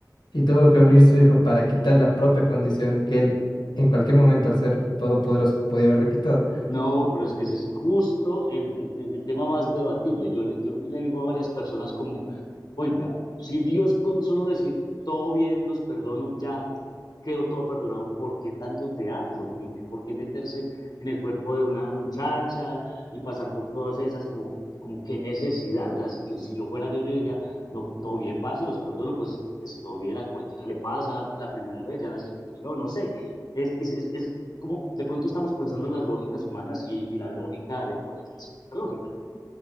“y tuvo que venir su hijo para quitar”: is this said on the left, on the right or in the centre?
Left